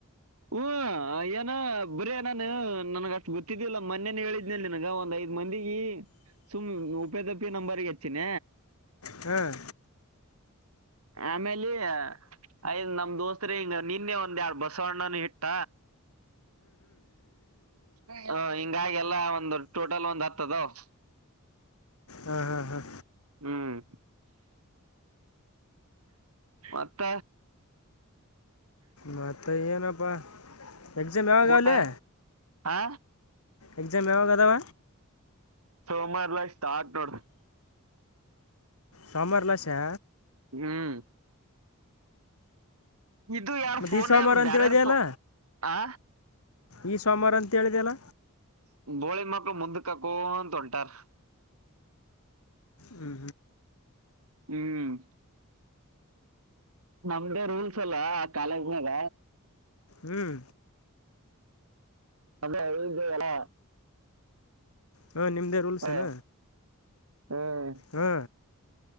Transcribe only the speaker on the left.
ಹ್ಮ್
ಹಾಂ ಹಾಂ ಹಾಂ
ಮತ್ತ ಏನಪ್ಪ. ಎಕ್ಸಾಮ್ ಯಾವಾಗ
ಅವಲೇ.
ಎಕ್ಸಾಮ್ ಯಾವಾಗ ಅದಾವ.
ಸಾಮಾರ್ಲಾಸಾ
ಮತ್ತು
ಈ ಸೋಮವಾರ ಅಂತ
ಹೇಳಿದೆಯಲ್ಲ
ಈ ಸೋಮಾರ ಅಂತ ಹೇಳಿದೆಲ್ಲ.
ಹ್ಞೂ
ಹ್ಮ್
ಹಾಂ ನಿಮ್ಮ್ದೇ ರೂಲ್ಸ್
ಅನ.
ಹಾ